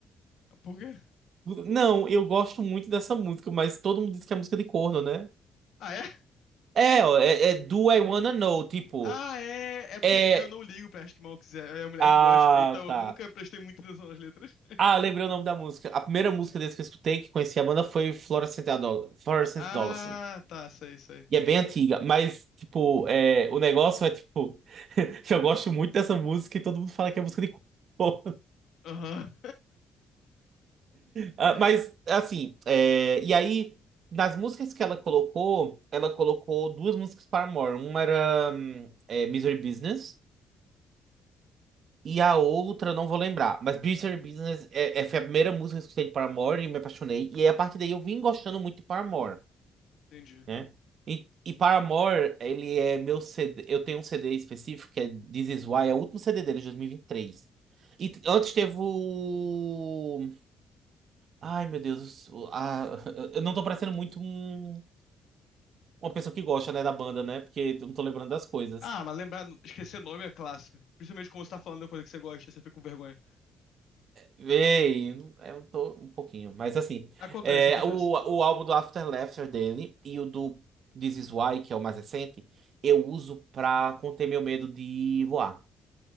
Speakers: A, on the left; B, on the right.
A: Ah, Por quê?
B: Não, eu gosto muito dessa música, mas todo mundo diz que é música de corno, né?
A: Ah, é?
B: É, ó, é, é Do I Wanna Know, tipo.
A: Ah, é! É porque
B: É.
A: eu não ligo pra Acho que Mal Quiser. É a mulher
B: Ah,
A: que gosta. Então eu
B: tá.
A: nunca prestei muita atenção nas letras. <laughs>
B: Ah, eu lembrei o nome da música. A primeira música deles que eu escutei, que conheci a banda, foi Florence and the Adol- Florence
A: Ah,
B: and the Adolescent.
A: tá, sei, sei.
B: E é bem antiga, mas, tipo, é, o negócio é, tipo, <laughs> que eu gosto muito dessa música e todo mundo fala que é música de corno. <laughs>
A: Aham.
B: Ah,
A: <laughs>
B: Mas, assim, é, e aí, nas músicas que ela colocou, ela colocou duas músicas para Paramore. Uma era hum, é, Misery Business e a outra, eu não vou lembrar. Mas Misery Business é, é- foi a primeira música que eu escutei de Paramore e me apaixonei. E aí, a partir daí, eu vim gostando muito de Paramore.
A: Entendi.
B: né? E, e Paramore, ele é meu CD. Eu tenho um CD específico que é This Is Why, é o último CD dele, de dois mil E vinte e três E t- antes teve o. Ai, meu Deus. o- a- <laughs> eu não tô parecendo muito um- uma pessoa que gosta, né, da banda, né? Porque eu não tô lembrando das coisas.
A: Ah, mas lembrar, esquecer nome é clássico. Principalmente quando você tá falando da coisa que você gosta, você fica com vergonha.
B: Ei, eu tô um pouquinho, mas assim,
A: Acontece,
B: é,
A: acontece.
B: o, o álbum do After Laughter dele e o do This Is Why, que é o mais recente, eu uso pra conter meu medo de voar.